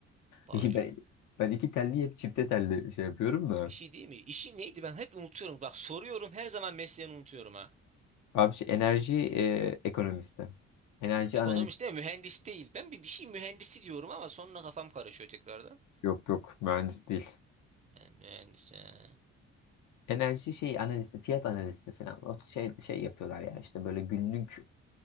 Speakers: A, on the right; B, on the left.
A: Bağcı'da.
B: İyi, Ben, ben iki telli hep çifte telli şey yapıyorum da.
A: Bir şey değil mi? İşi neydi ben hep unutuyorum. Bak soruyorum her zaman mesleğini unutuyorum ha.
B: Abi şey enerji e, ekonomisti. Enerji
A: Ekonomist
B: analist.
A: değil mi? Mühendis değil. Ben bir, bir şey mühendisi diyorum ama sonra kafam karışıyor tekrardan.
B: Yok yok mühendis değil.
A: Yani mühendis yani.
B: Enerji şey analisti, fiyat analisti falan. O şey şey yapıyorlar ya işte böyle günlük